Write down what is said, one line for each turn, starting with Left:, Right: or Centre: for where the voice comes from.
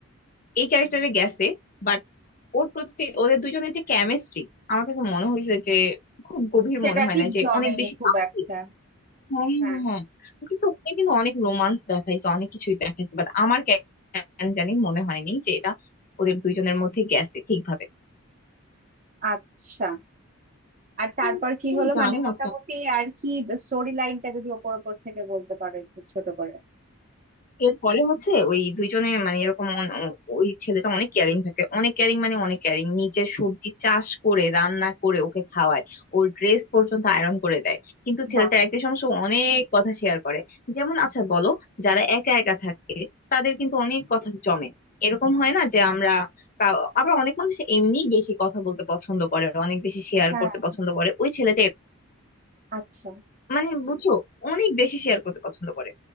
Left: এই ক্যারেক্টারে গেছে বাট ওর প্রতি ওদের দুজনের যে কেমিস্ট্রি আমার কাছে মনে হয়েছে যে খুব গভীর
Right: সেটা
Left: মনে হয়
Right: ঠিক
Left: না যে
Right: জমেনি
Left: অনেক বেশি
Right: খুব
Left: পাতলা।
Right: একটা
Left: হ্যাঁ হ্যাঁ
Right: হ্যাঁ
Left: হ্যাঁ হ্যাঁ। ও কিন্তু ওখানে কিন্তু অনেক রোমান্স দেখাইছে অনেক কিছুই দেখাইছে বাট আমার কে- কেন জানি মনে হয়নি যে এটা ওদের দুইজনের মধ্যে গেছে ঠিকভাবে
Right: আচ্ছা আর তারপর
Left: উম,
Right: কি
Left: আমি
Right: হলো
Left: জানি
Right: মানে
Left: না
Right: মোটামুটি আর কি স্টোরি লাইনটা যদি ওপর ওপর থেকে বলতে পারো একটু ছোট করে
Left: এরপরে হচ্ছে ওই দুইজনে মানে এরকম অন- ও- ওই ছেলেটা অনেক কেয়ারিং থাকে অনেক কেয়ারিং মানে অনেক কেয়ারিং নিজে সবজি চাষ করে রান্না করে ওকে খাওয়ায় ওর ড্রেস পর্যন্ত আয়রন করে দেয় কিন্তু ছেলেটার
Right: বাহ
Left: একটাই সমস্যা ও অনেক কথা শেয়ার করে যেমন আচ্ছা বলো যারা একা একা থাকে তাদের কিন্তু অনেক কথা জমে এরকম হয় না যে আমরা কা- আবার অনেক মানুষ এমনি বেশি কথা বলতে পছন্দ করে অনেক বেশি শেয়ার
Right: হ্যাঁ
Left: করতে পছন্দ করে ওই ছেলেটা
Right: আচ্ছা
Left: মানে বুঝছো অনেক বেশি শেয়ার করতে পছন্দ করে